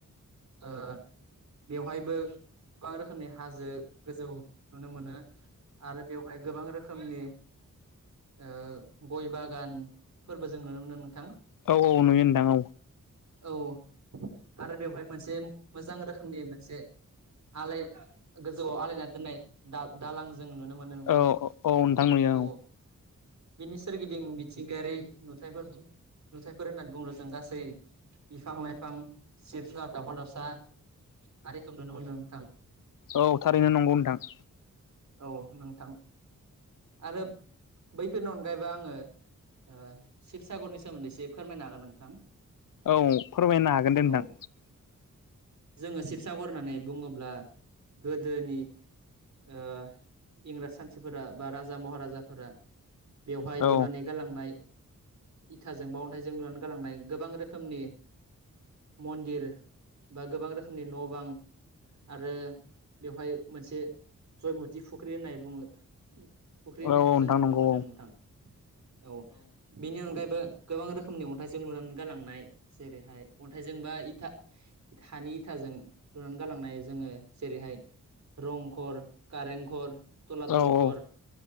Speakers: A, on the right; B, on the left.
A: ओ बेवहायबो गोबां रोखोमनि हाजो गोजौ नुनो मोनो आरो बेवहाय गोबां रोखोमनि ओ गय बागान फोरबो जों नुनो मोनो नोंथां
B: औ औ नुयो नोंथां औ
A: औ आरो बेवहाय मोनसे मोजां रोखोमनि मोनसे आलाय गोजौआव आलायना दोननाय दा-दालां जों नुनो मोनो नोंथां
B: औ औ नोंथां नुयो
A: औ बिनि सोरगिदिं मिथिंगायारि नुथायफोर नुथायफोर होननानै बुंबोला जों गासै बिफां लाइफां जिब जुनार दावमा दावसा आरिखौ नुनो मोनो नोंथां
B: औ थारैनो नंगौ नोंथां
A: औ नोंथां आरो बैफोरनि अनगायैबो आङो ओ शिबसागरनि सोमोन्दै एसे फोरमायनो हागोन नोंथां
B: औ फोरमायनो हागोन दे नोंथां
A: औ जोङो शिबसागर होननानै बुङोब्ला गोदोनि ओ इंराज सान्थिफोरा बा राजा महाराजाफोरा बेवहाय
B: औ
A: लुनानै गालांनाय इथाजों बा अन्थाइजों लुनानै गालांनाय गोबां रोखोमनि मनदिर बा गोबां रोखोमनि न बां आरो बेवहाय मोनसे जयमत ति फुख्रि होननाय बुङो फुख्रि होननायखौ
B: औ नोंथां
A: जों नुनो
B: नंगौ
A: मोनदों नोंथां औ बेनि अनगायैबो गोबां रोखोमनि अन्थाइजों लुनानै गालांनाय जेरैहाय अन्थाइजों बा इथा हानि इथाजो जों लुनानै गालांनाय जोङो जेरैहाय रंखर कारेंघर तलात'ल
B: औ औ
A: घर